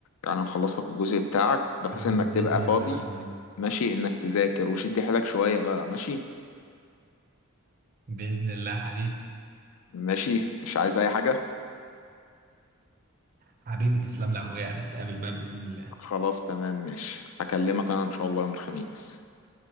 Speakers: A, on the left; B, on the right.
A: يعني نخلص لك الجزء بتاعك بحيث
B: خلاص
A: انك
B: باذن
A: تبقى فاضي
B: الله يا اخويا
A: ماشي انك تذاكر وشد حيلك شوية بقى ماشي
B: باذن الله حبيبي
A: ماشي مش عايز اي حاجة
B: حبيبي تسلم لي يا اخويا يعني نتقابل بقى باذن الله
A: خلاص تمام ماشي هكلمك انا ان شاء الله يوم الخميس